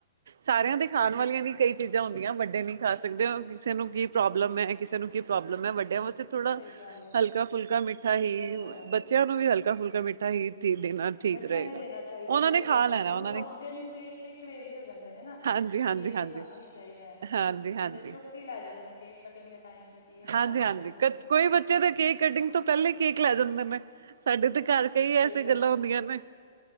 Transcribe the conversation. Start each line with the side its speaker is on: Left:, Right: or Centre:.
Right: ਸਾਰਿਆਂ ਦੇ ਖਾਣ ਵਾਲਿਆਂ ਨੀ ਕਈ ਚੀਜ਼ਾਂ ਹੁੰਦੀਆਂ ਵੱਡੇ ਨਹੀਂ ਖਾ ਸਕਦੇ ਕਿਸੇ ਨੂੰ ਕੀ ਪ੍ਰੋਬਲਮ ਹੈ, ਕਿਸੇ ਨੂੰ ਕੀ ਪ੍ਰੋਬਲਮ ਹੈ। ਵੱਡਿਆਂ
Left: ਸਹੀ
Right: ਥੋੜਾ,
Left: ਗੱਲ ਹੈ
Right: ਹਲਕਾ -ਫੁਲਕਾ ਮਿੱਠਾ
Left: ਦਿੱਕਤ
Right: ਹੀ
Left: ਹੋ ਜਾਂਦੀ
Right: ਬੱਚਿਆਂ
Left: ਹੈ
Right: ਨੂੰ ਵੀ ਹਲਕਾ- ਫੁਲਕਾ ਮਿੱਠਾ ਹੀ ਦੇਣਾ ਠੀਕ
Left: ਮਿੱਠਾ
Right: ਰਹੇਗਾ
Left: ਹੀ ਦੇਣਾ ਚਾਹੀਦਾ
Right: ਉਹਨਾਂ
Left: ਸਹੀ
Right: ਨੇ ਖਾ
Left: ਗੱਲ
Right: ਲੈਣਾ
Left: ਹੈ ਪਰ
Right: ਉਹਨਾਂ
Left: ਉਹ ਫਾਊਂਟੇਨ
Right: ਨੇ
Left: ਵੇਖ ਕੇ ਕਰੇਜ਼ੀ ਹੋ ਜਾਂਦੇ ਨੇ ਨਾ
Right: ਹਾਂਜੀ ਹਾਂਜੀ
Left: ਯ
Right: ਹਾਂਜੀ
Left: ਸਾਨੂੰ ਹੀ ਚਾਹੀਦਾ ਹੈ।
Right: ਹਾਂਜੀ
Left: ਉਹ
Right: ਹਾਂਜੀ
Left: ਫੇਰ ਚੁੱਕ ਹੀ ਲੈ ਜਾਂਦੇ ਨੇ ਕੇਕ ਕਟਿੰਗ ਦੇ ਟਾਈਮ ਤੇ ਕੀ ਮੰਮਾ
Right: ਹਾਂਜੀ
Left: ਮੇਰੇ
Right: ਹਾਂਜੀ
Left: ਕੋਲ
Right: ਕੋਈ ਬੱਚੇ ਦੇ ਕੇਕ ਕੱਟਿੰਗ ਤੋਂ ਪਹਿਲਾਂ ਹੀ ਕੇਕ ਲੈ ਜਾਂਦੇ ਨੇ। ਸਾਡੇ ਤੇ ਕਰ ਕਈ ਐਸ
Left: ਸਹੀ ਗੱਲ
Right: ਗੱਲਾਂ ਹੁੰਦੀਆਂ ਨੇ।